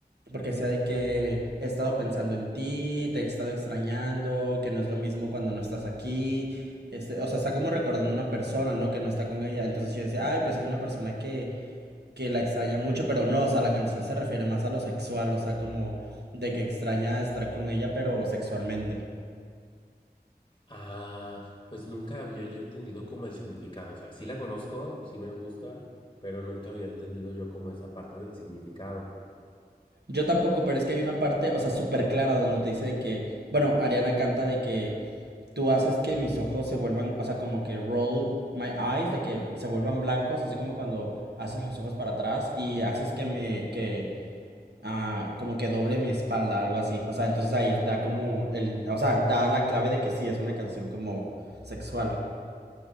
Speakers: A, on the right; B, on the left.
A: Porque sea de que he estado pensando en ti, te he estado extrañando, que no es lo mismo cuando no estás aquí. Este, o sea, está como recordando una persona, ¿no? Que no está con ella. Entonces yo decía, ay, pues es una persona que, que la extraña mucho, pero no, o sea, la canción se refiere más a lo sexual, o sea, como de que extraña estar con ella, pero sexualmente.
B: Ah, pues nunca había yo entendido como el significado. O sea, sí la conozco, sí me gusta, pero nunca había entendido yo como esa parte del significado.
A: Yo tampoco, pero es que hay una parte, o sea, súper clara donde te dice de que, bueno, Ariana canta de que tú haces que mis ojos se vuelvan, o sea, como que roll my eyes, de que se vuelvan blancos, así como cuando haces los ojos para atrás y haces que me, que, ah, como que doble mi espalda, algo así. O sea, entonces ahí da como el, in- o sea, da la clave de que sí es una canción como sexual.